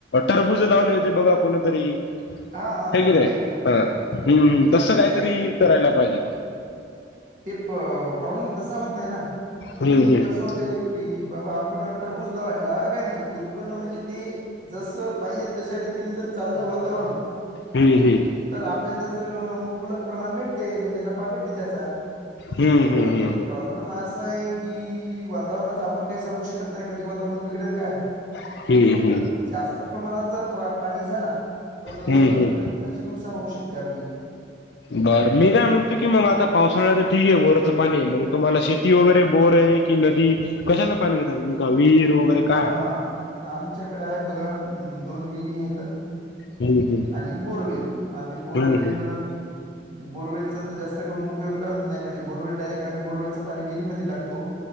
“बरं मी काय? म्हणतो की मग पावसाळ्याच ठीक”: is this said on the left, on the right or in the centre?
Left